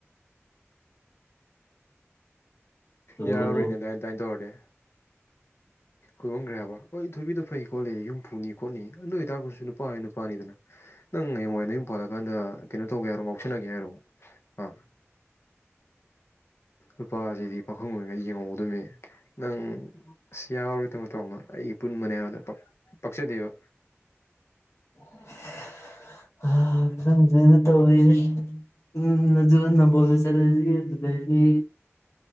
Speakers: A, on the left; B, on the left.
A: ꯍꯜꯂꯣ
B: ꯌꯥꯔꯨꯅꯦ
A: ꯍꯜꯂꯣ
B: ꯗꯥꯏꯟꯗꯥꯏꯅ ꯇꯧꯔꯅꯦꯦ ꯍꯣꯏꯕꯣꯡꯈ꯭ꯔꯦ ꯍꯥꯏꯕ ꯑꯊꯣꯏꯕꯤꯗ ꯐꯩ ꯈꯣꯠꯂꯤ ꯌꯨꯝ ꯄꯨꯨꯅꯤ ꯈꯣꯠꯅꯤ ꯅꯣꯏ ꯇꯥꯛꯄꯁꯨ ꯅꯨꯄꯥ ꯍ ꯅꯨꯄꯥꯅꯤꯗꯅ ꯅꯪ ꯍꯌꯦꯡꯋꯥꯏꯗ ꯌꯨꯝ ꯄꯥꯜꯂꯀꯥꯟꯗ ꯀꯩꯅꯣ ꯇꯧꯒꯦ ꯍꯥꯏꯔꯣ ꯉꯥꯎꯁꯟꯅꯒꯦ ꯍꯥꯏꯔꯣ ꯑꯥ ꯂꯨꯄꯥꯁꯤꯗꯤ ꯄꯥꯈꯪ ꯑꯣꯏꯔꯤꯉꯩ ꯌꯦꯡꯍꯧꯒꯗꯕꯅꯦ ꯅꯪ ꯑꯁ ꯌꯥꯎꯔꯣꯏ ꯇꯥꯃꯣ ꯇꯥꯃꯅꯣ ꯑꯩꯒꯤ ꯄꯨꯟꯕꯅꯦ ꯍꯥꯏꯅ ꯄ ꯄꯁꯤꯗꯕ
A: <unintelligible> ꯎꯝ ꯪꯖꯅ ꯇꯧꯔꯤ ꯎꯝ ꯑꯗꯨ ꯅꯝꯕꯣꯜꯗ ꯆꯠꯂꯁꯤ ꯑꯗꯨꯗꯒꯤ